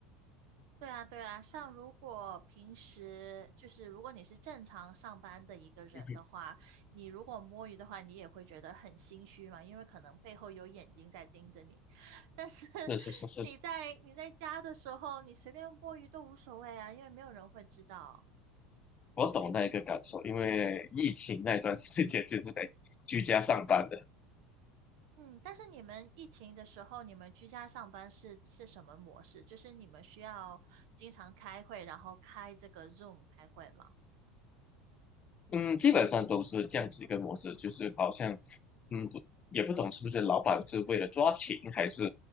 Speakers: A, on the right; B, on the left.
A: 对啊，对啊，像如果平时就是如果你是正常上班的一个人的话，
B: 嗯
A: 你如果摸鱼的话，你也会觉得很心虚嘛，因为可能背后有眼睛在盯着你。但是 <laughs>
B: 哼，是是是是，
A: 你在你在家的时候，你随便摸鱼都无所谓啊，因为没有人会知道。
B: 我懂那一个感受，因为疫情那段时间就是在居家上班的。
A: 嗯，但是你们疫情的时候，你们居家上班是是什么模式？就是你们需要经常开会，然后开这个 Zoom 开会吗？
B: 嗯，基本上都是这样子一个模式，就是好像，嗯，不也不懂是不是老板是为了抓勤还是